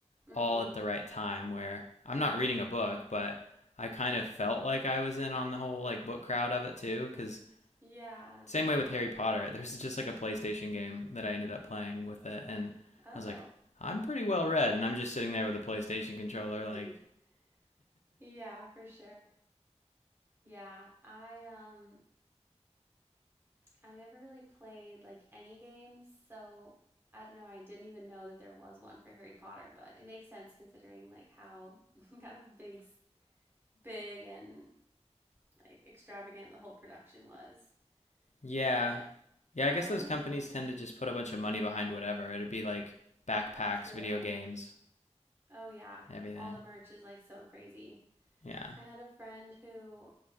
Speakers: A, on the right (about 20°); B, on the left (about 80°).
A: Mm-hmm.
B: all at the right time where I'm not reading a book, but I kind of felt like I was in on the whole like book crowd of it too cuz
A: Yeah.
B: same way with Harry Potter, <laughs> there's just like a PlayStation game that I ended up playing with it and
A: Oh.
B: I was like I'm pretty well read and I'm just sitting there with a PlayStation controller
A: <laughs>
B: like
A: yeah, for sure. Yeah. I um I never really played like any games, so I don't know. I didn't even know that there was one for Harry Potter, but it makes sense considering like how <laughs> kind of big big and like extravagant the whole production was.
B: yeah.
A: But
B: Yeah,
A: I
B: I guess
A: only
B: those companies tend to just put a bunch of money behind whatever. It'd be like backpacks,
A: true.
B: video games,
A: Oh yeah,
B: everything.
A: all the merch is like so crazy.
B: Yeah.
A: I had a friend who